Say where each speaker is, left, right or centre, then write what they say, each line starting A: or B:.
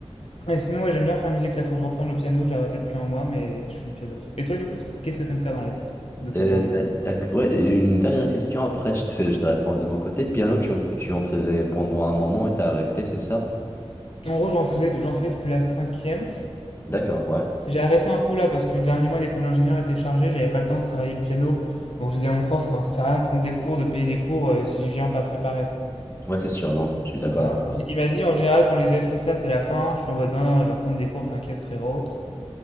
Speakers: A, on the left; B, on the left.
A: Et sinon, ouais, j'aime bien faire musique. Là, faut que je reprenne le piano. J'ai arrêté depuis un mois, mais je fais du piano. Et toi, du coup, t- qu'est-ce que t'aimes faire dans la vie de ton
B: Euh,
A: temps libre?
B: t'as- t'as- ouais, et une dernière question, après je te, je te réponds de mon côté. Piano, tu en, f- tu en faisais pendant un moment et t'as arrêté, c'est ça?
A: En gros, j'en faisais, j'en fais depuis la cinquième.
B: D'accord, ouais.
A: J'ai arrêté un peu là parce que le dernier mois d'école d'ingénieur était chargé. J'avais pas le temps de travailler le piano. Donc j'ai dit à mon prof, enfin, ça sert à rien de prendre des cours, de payer des cours euh, si je viens pas préparé, quoi.
B: Ouais, c'est sûr, non, je suis d'accord
A: Voilà.
B: avec toi.
A: Donc, il m'a dit en général quand les élèves font ça, c'est la fin. Je suis en mode non, non, je vais reprendre des cours, t'inquiète frérot.